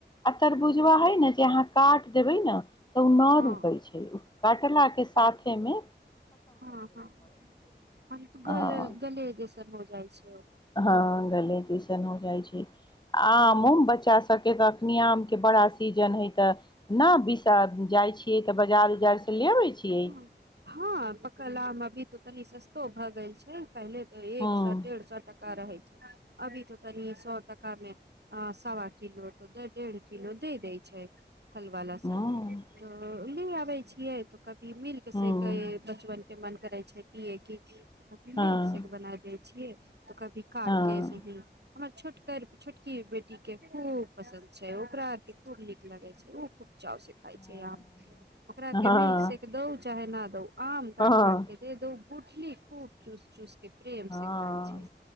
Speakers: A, on the left; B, on the right.
A: अर बुझबा है ने जे अहाँ काट देबै ने तऽ ओ नहि
B: हँ
A: रुकै छै कटला के साथे मे
B: हँ हँ हम त
A: हँ
B: गल गल जे हो जाइ छै
A: हँ गले जइसन हो जाइ छै आमो
B: हँ
A: बच्चा सबके तऽ आमके बड़ा सीजन हइ तऽ नहि त छ बै छिय
B: हँ पकल आम अभी तो तनी सस्तो भए गेल छै पहिले तऽ
A: हँ
B: एक सए डढ़ सए टका रहै अभी तऽ तनी सए टका मे अ सवा किलो तऽ डेढ़ किलो दे दै छै हलवाला सब
A: हँ
B: तऽ ली आबै छियै तऽ की मिल्क
A: हँ
B: से क बचपन के मन करै छै पियए की मिल्क
A: हँ
B: शेक से एक बना दै छियै तऽ कभी काटके
A: हँ
B: ऐसे ही हमर छोट छोटकी बेटी के खूब पसंन्द छै ओकरा आर के खूब निक लगे छै खूब चाावस खाइ
A: हँ
B: छै आ ओकरा
A: हँ
B: के मिल्क सेेक दो चाहे न त आम कााद
A: हँ
B: द उठली खूब चुस चुस के प्रेम
A: हँ
B: सिखाय छै